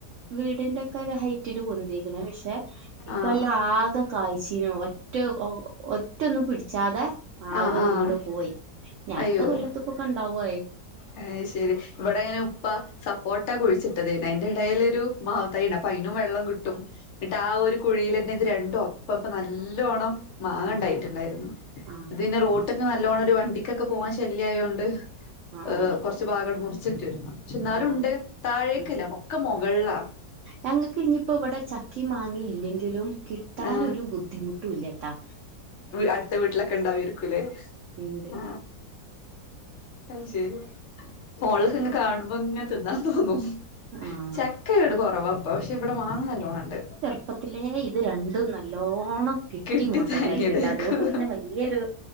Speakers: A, on the right; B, on the left.
A: വീടിന്റെക്കെ ഒരു ഹൈറ്റില് പൊന്തിക്ക്ണ് പക്ഷെ ഇക്കൊല്ലം
B: ആഹ്
A: ആകെ കായ്ച്ചീന്ന് ഒറ്റ ഒറ്റൊന്നും പിടിച്ചാതെ ആകെ
B: ആഹ് ആഹ്
A: വീണു പോയി എനി അടുത്ത
B: അയ്യോ
A: കൊല്ലത്ത്ക്കൊക്കെ ഉണ്ടാവുവായി
B: അയ് ശെരി ഇവിടെ ഇങ്ങനെ ഉപ്പാ സപ്പോർട്ടാ കുഴിച്ചിട്ടത്ന്നെ അതിന്റെ ഇടല്ലൊരു മാവ് തൈയിണ്ട് അപ്പൊ അയിനും വെള്ളം കിട്ടും എന്നിട്ട് ആ ഒരു കുഴിൽ തന്നെ ഇത് രണ്ടും ഒപ്പപ്പം നല്ലോണം മാങ്ങണ്ടായിട്ടുണ്ടായിരുന്നു
A: ആ ആ
B: ഇത് പിന്നെ റോട്ട്ക്ക്നല്ലോണം ഒരു വണ്ടിക്കൊക്കെ പോവാൻ ശല്യമായൊണ്ട്
A: ആ
B: ഹ് കൊറച്ച് ഭാഗങ്ങന്ഡ് മുറിച്ചിട്ട് പക്ഷെ എന്നാലും
A: ആ ആ
B: ഉണ്ട്
A: ആ
B: താഴേക്കല്ല
A: ഉം
B: ഒക്കെ മുകൾ ളാ
A: ഞങ്ങൾക്ക് ഇഞ്ഞിപ്പോ ഇവടെ ചക്കിം മാങ്ങിംയില്ലെങ്കിലും കിട്ടാനൊരു
B: ആഹ്
A: ബുദ്ധിമു ട്ടുംല്ല ട്ടാ
B: അടുത്ത വീട്ടിലൊക്കെ ഇണ്ടാവേരിക്കു ല്ലെആഹ്
A: ഉണ്ട്
B: അയ് ശെരി ഫോണിലൊക്കെ ഇങ്ങനെ കാണുമ്പോ ഇങ്ങനെ തിന്നാൻതോന്നും
A: ആഹ്
B: ചക്ക ഇവടെ കൊറവാട്ടോ പക്ഷെ ഇവടെ മാങ്ങ നല്ലോണംണ്ട്
A: പ്പത്തിലെ ഇത് രണ്ടും നല്ലോണം കിട്ടി
B: കെട്ടി
A: മൊതലായിട്ടുണ്ട്
B: താങ്ങിയതായിരിക്കും
A: അതുകൊണ്ട് പിന്നെ വല്ല്യരു